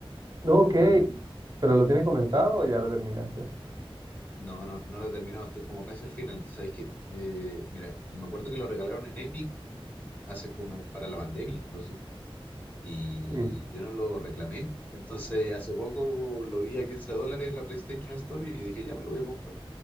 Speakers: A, on the right; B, on the left.
A: No, Ok,
B: Eh,
A: pero ¿lo tienes comenzado
B: El, el-
A: o ya lo terminaste?
B: no, no, no lo he terminado, estoy como casi al final. ¿Sabéis qué? Eh, mira, me acuerdo que lo regalaron en Epic hace como para la pandemia incluso. Y
A: Sí.
B: yo no lo reclamé. Entonces hace poco lo vi a 15 dólares en la PlayStation Store y dije, ya me lo voy a comprar.